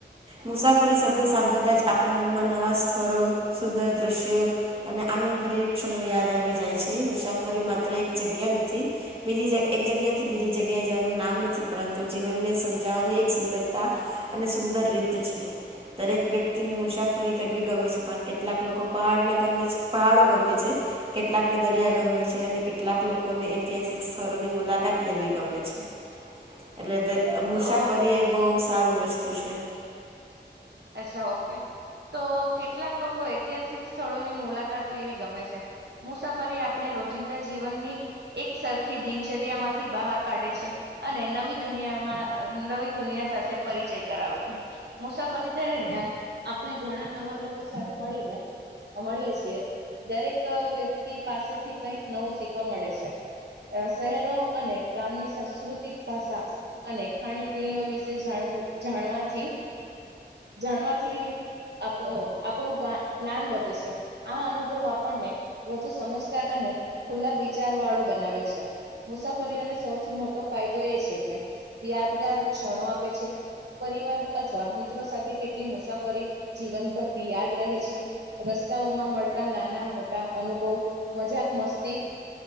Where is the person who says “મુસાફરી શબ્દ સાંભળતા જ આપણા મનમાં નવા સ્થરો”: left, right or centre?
Right